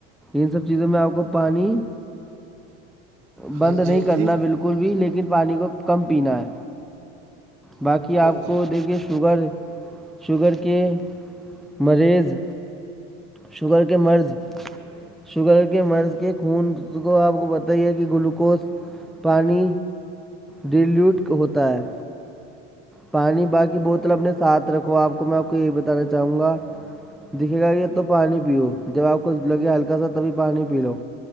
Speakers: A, in the centre; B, on the right (about 80°).
A: ان سب چیزوں میں آپ کو پانی بند
B: ہاں
A: نہیں
B: جی ہاں
A: کرنا
B: جی
A: بالکل کل بھی لیکن پانی کو کم پینا ہے باقی
B: ہاں
A: آپ
B: جی ہاں جی ہاں جی
A: کو دیکھیے شوگر شوگر کے مریض شوگر کے مرض شوگر کے مرض کے خون کو آپ کو پت ہی ہے کہ گلوکوز پانی ڈیلیوٹ ہوتا ہے پانی باقی بوتل اپنے ساتھ رکھو آپ کو میں آپ کو یہی بتانا چاہوں گا دکھے گا یہ تو پانی پیو جب آپ کو لگے ہلکا سا تبھی پانی پی لو